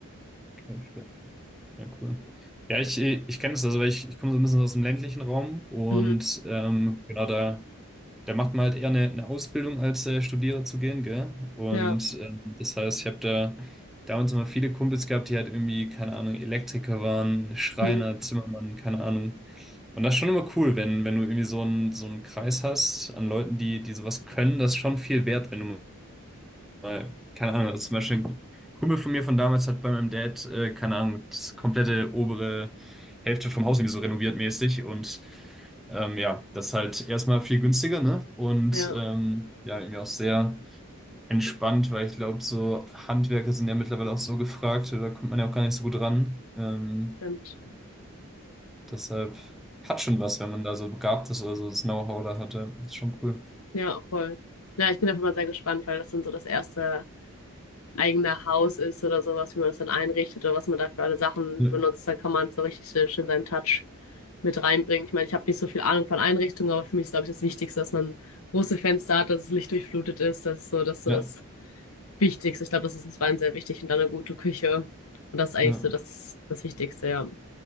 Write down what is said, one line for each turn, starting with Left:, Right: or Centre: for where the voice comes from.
Centre: okay, fair. Ja, Ja, cool. Ja, ich, äh, ich kenne das, also weil ich, ich komme so ein bisschen aus dem ländlichen Raum und
Left: mhm.
Centre: ähm, genau da. da macht man halt eher eine, eine Ausbildung als äh, Studiere zu gehen, gell? Und
Left: Ja,
Centre: ähm, das heißt, ich habe da damals immer viele Kumpels gehabt, die halt irgendwie, keine Ahnung, Elektriker waren, Schreiner,
Left: mhm.
Centre: Zimmermann, keine Ahnung. Und das ist schon immer cool, wenn, wenn du irgendwie so einen, so einen Kreis hast an Leuten, die, die sowas können, das ist schon viel wert, wenn du weil, keine Ahnung, also zum Beispiel ein Kumpel von mir von damals hat bei meinem Dad, äh, keine Ahnung, das komplette obere Hälfte vom Haus irgendwie so renoviert mäßig und ähm, ja, das ist halt erstmal viel günstiger, ne? Und
Left: Ja,
Centre: ähm, ja, irgendwie auch sehr entspannt, weil ich glaube, so Handwerker sind ja mittlerweile auch so gefragt, da kommt man ja auch gar nicht so gut ran. Ähm,
Left: stimmt.
Centre: deshalb hat schon was, wenn man da so begabt ist oder so das Know-how da hatte. Ist schon cool.
Left: Ja, voll. Ja, ich bin einfach mal sehr gespannt, weil das dann so das erste eigene Haus ist oder sowas, wie man das dann einrichtet oder was man da für alle Sachen
Centre: Ja,
Left: benutzt. Da kann man so richtig schön schön seinen Touch mit reinbringen. Ich meine, ich habe nicht so viel Ahnung von Einrichtungen, aber für mich ist, glaube ich, das Wichtigste, dass man große Fenster hat, dass es lichtdurchflutet ist. Das ist so, das ist so
Centre: ja,
Left: das Wichtigste. Ich glaube, das ist uns beiden sehr wichtig und dann eine gute Küche. Und das ist eigentlich
Centre: ja,
Left: so das, das Wichtigste, ja.